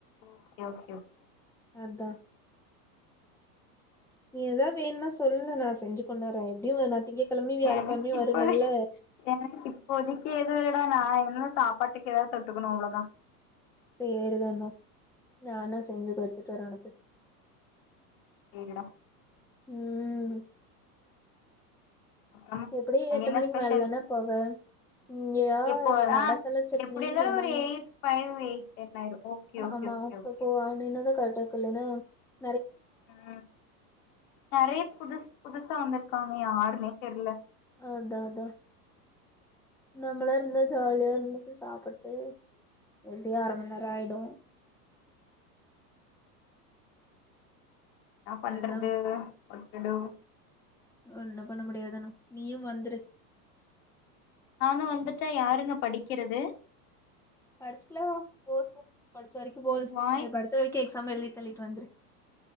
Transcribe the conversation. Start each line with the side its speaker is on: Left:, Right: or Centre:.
Left: okay okay okay.
Centre: அதா நீ எதாவ் வேணுன்னா சொல்லு நா செஞ்சு கொண்டு வர எப்டி நா திங்கக்கெழமயு வியாழக்கெழமயு
Left: எனக்கு இப்பது
Centre: வருவல்ல
Left: எனக்கு இப்போதுக்கு ஏது வேடா நா சாப்பாட்டுக்கு ஏதா தொ க்கணு அவ்ளோதா
Centre: சேர் தனோ நா வேண்ணா செஞ்சு கொடுத்துட்டு வரே உனக்கு
Left: இருடா
Centre: உஹம்
Left: அப்புறம்
Centre: எப்டி
Left: அங்க
Centre: எட்டு
Left: என்ன
Centre: மணிக்கு
Left: ஸ்பெஷல்
Centre: மேலதான போல இங்கயா
Left: எப்போ
Centre: நடக்கல
Left: ஆ
Centre: சட்னனு
Left: எப்டி இருந்தாலு
Centre: சொன்னாங்க
Left: ஒரு எயிட் ஃபைவ் எயிட் டென் ஆயிரு ஓகே ஓகே
Centre: ஆமா
Left: ஓகே
Centre: அப்ப
Left: ஓகே
Centre: கோ அவனு என்னதான் க கட்ட கல ந
Left: உம் நெறையா புதுசு புதுசா வந்திருக்கு இருக்கங்க யாருன்னே தெர்ல
Centre: அதா அதா நம்மளா இருந்த ஜாலியா இருந்துட்டு சாப்பிட்டு எப்டியோ அர மணி நேரம் ஆயிடும்
Left: என்ன பண்றது
Centre: அதுதா
Left: வாட்டுடூ
Centre: ஒன்னு பண்ண முடியாது தனோ நீயு வந்துரு
Left: நானும் வந்துட்டா யாருங்க படிக்கிறது
Centre: படிச்சுக்கல போ படிச்ச வரைக்கு இரு போது
Left: வாய்ப்
Centre: பச்சோ வக்க எக்ஸாம்
Left: ம்
Centre: எழுதித்தல்லிட்டு வந்திரி